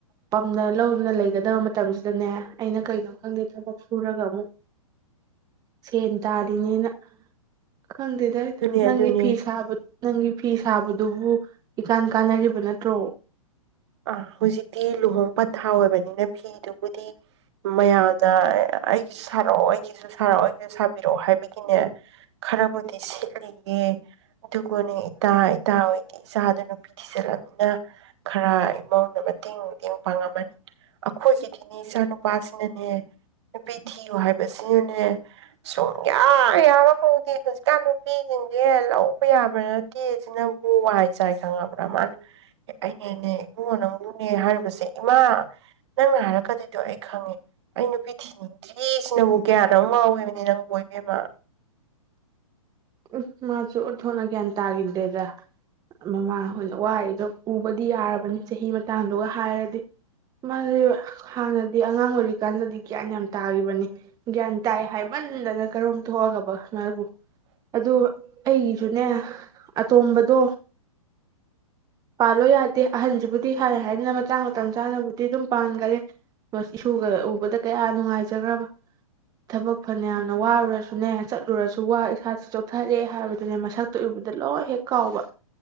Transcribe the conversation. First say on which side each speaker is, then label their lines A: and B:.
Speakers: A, on the right; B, on the right.
A: ꯄꯝꯅ ꯂꯧꯗꯅ ꯂꯩ ꯒꯗꯕ ꯃꯇꯝꯁꯤꯗꯅꯦ ꯑꯩꯅ ꯀꯩꯅꯣ ꯈꯪꯗꯦ ꯊꯕꯛ ꯁꯨꯔꯒ ꯑꯃꯨꯛ ꯁꯦꯟ ꯇꯥꯂꯤꯅꯦꯅ ꯈꯪꯗꯦꯗꯥꯏ
B: ꯑꯗꯨꯅꯦ
A: ꯅꯪꯒꯤ
B: ꯑꯗꯨꯅꯦ
A: ꯐꯤ ꯁꯥꯕ ꯅꯪꯒꯤ ꯐꯤ ꯁꯥꯕꯗꯨꯕꯨ ꯏꯀꯥꯟ ꯀꯥꯟꯅꯔꯤꯕ ꯅꯠꯇ꯭ꯔꯣ
B: ꯑꯥ ꯍꯧꯖꯤꯛꯇꯤ ꯂꯨꯍꯣꯡ ꯄꯊꯥ ꯑꯣꯏꯕꯅꯤꯅ ꯐꯤꯗꯨꯕꯨꯗꯤ ꯃꯌꯥꯗ ꯑꯩꯒꯤ ꯁꯥꯔꯛꯑꯣ ꯑꯩꯒꯤꯁꯨ ꯁꯥꯔꯛꯑꯣ ꯑꯩꯒꯤꯁꯨ ꯁꯥꯕꯤꯔꯛꯑꯣ ꯍꯥꯏꯕꯒꯤꯅꯦ ꯈꯔꯕꯨꯗꯤ ꯁꯤꯠꯂꯤꯌꯦ ꯑꯗꯨꯒꯅꯦ ꯏꯇꯥ ꯏꯇꯥ ꯍꯣꯏꯒꯤ ꯏꯆꯥꯗꯨ ꯅꯨꯄꯤ ꯊꯤꯖꯤꯜꯂꯅꯤꯅ ꯈꯔ ꯏꯃꯧꯗ ꯃꯇꯦꯡ ꯃꯇꯦꯡ ꯄꯥꯡꯉꯝꯃꯅꯤ ꯑꯩꯈꯣꯏꯁꯤꯗꯤꯅꯦ ꯏꯆꯥ ꯅꯨꯨꯄꯥꯁꯤꯅꯅꯦ ꯅꯨꯄꯤ ꯊꯤꯌꯨ ꯍꯥꯏꯕꯁꯤꯅꯦ ꯁꯨꯡꯌꯥꯌꯥꯕ ꯀꯧꯗꯦ ꯍꯧꯖꯤꯛꯀꯥꯟ ꯅꯨꯄꯤꯁꯤꯡꯁꯦ ꯂꯧꯕ ꯌꯥꯕ ꯅꯠꯇꯦ ꯁꯤꯅꯕꯨ ꯋꯥꯏ ꯆꯥꯏ ꯈꯪꯉꯕ꯭ꯔꯥ ꯃꯥꯅ ꯑꯩꯗꯤꯅꯦ ꯏꯕꯨꯡꯉꯣ ꯅꯪꯕꯨꯅꯦ ꯍꯥꯏꯔꯨꯕꯁꯦ ꯏꯃꯥ ꯅꯪꯅ ꯍꯥꯏꯔꯛꯀꯗꯣꯏꯗꯣ ꯑꯩ ꯈꯪꯉꯦ ꯑꯩ ꯅꯨꯄꯤ ꯊꯤꯅꯤꯡꯗ꯭ꯔꯤꯁꯤꯅꯕꯨ ꯒ꯭ꯌꯥꯟ ꯅꯪ ꯉꯥꯎꯋꯦꯕꯅꯦ ꯅꯪꯕꯨ ꯑꯣꯏꯕꯦꯝꯃ
A: ꯎ ꯃꯥꯁꯨ ꯎꯊꯣꯛꯅ ꯒ꯭ꯌꯥꯟ ꯇꯥꯈꯤꯗꯦꯗ ꯃꯃꯥ ꯍꯣꯏꯅ ꯋꯥꯔꯤꯗꯣ ꯎꯕꯗꯤ ꯌꯥꯔꯕꯅꯤ ꯆꯍꯤ ꯃꯇꯥꯡꯗꯨꯒ ꯍꯥꯏꯔꯗꯤ ꯃꯥꯁ ꯍꯥꯟꯅꯗꯤ ꯑꯉꯥꯡ ꯑꯣꯏꯔꯤꯀꯥꯟꯗꯗꯤ ꯒ꯭ꯌꯥꯟ ꯌꯥꯝ ꯇꯥꯒꯤꯈꯤꯕꯅꯤ ꯒ꯭ꯌꯥꯟ ꯇꯥꯏ ꯍꯥꯏꯃꯟꯗꯅ ꯀꯔꯣꯝ ꯊꯣꯛꯑꯒ ꯋꯥꯕꯥ ꯉꯕꯨ ꯑꯗꯨ ꯑꯩꯒꯤꯁꯨꯅꯦ ꯑꯇꯣꯝꯕꯗꯣ ꯄꯥꯜꯂꯣ ꯌꯥꯗꯦ ꯑꯍꯟꯁꯤꯕꯨꯗꯤ ꯍꯥꯏ ꯍꯥꯏꯗꯅ ꯃꯇꯥꯡ ꯃꯇꯝ ꯆꯥꯅꯕꯨꯗꯤ ꯑꯗꯨꯝ ꯄꯥꯟꯒꯂꯦ ꯏꯁꯨꯒ ꯎꯕꯗ ꯀꯌꯥ ꯅꯨꯡꯉꯥꯏꯖꯈ꯭ꯔꯕ ꯊꯕꯛ ꯐꯅ ꯌꯥꯝꯅ ꯋꯥꯔꯨꯔꯁꯨꯅꯦ ꯆꯠꯂꯨꯔꯁꯨ ꯋꯥ ꯏꯁꯥ ꯆꯣꯛꯊꯔꯛꯑꯦ ꯍꯥꯏꯕꯗꯨꯅꯦ ꯃꯁꯛꯇꯨꯏꯕꯗ ꯂꯣꯏ ꯍꯦꯛ ꯀꯥꯎꯕ